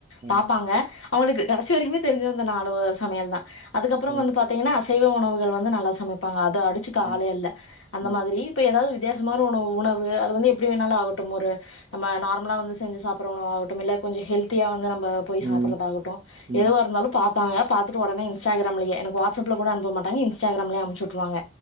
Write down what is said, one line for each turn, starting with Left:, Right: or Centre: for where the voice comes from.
Right: ம்
Left: பாப்பாங்க அவுங்களுக்கு கடைசி வரிக்குமே தெரிஞ்ச நாலு வ சமையல் தா அப்பறம்
Right: ம்
Left: வந்து பாத்தீங்கன்னா அ சைவ உணவுகள் வந்து நல்லா சமைப்பாங்க அ த அடிச்சிக்க
Right: ம்
Left: ஆளே இல்ல அந்த
Right: ம்
Left: மாதிரி இப்ப எதாவ்து வித்தியாசமான உணவு உணவு அது வந்து எப்டி வேணாலு ஆகட்டு ஒரு நம்ம நார்மலா வந்து செஞ்சு சாப்புற உணவு ஆகட்டும் இல்ல கொஞ்சு ஹெல்த்தியா வந்து நம் ப போய்
Right: ம்
Left: சாப்பிட்றதாகட்டு
Right: ம்
Left: எதுவ இருந்தாலும் பாப் பாங்க பாத்துட்டு ஒடனே இன்ஸ்டா கிராம்லியே எனக்கு வாடஸப்லகூட அனுப்ப மாட்டங்க இன்ஸ்டாகிராம்ல அம்ச்சு வுட்ருவாங்க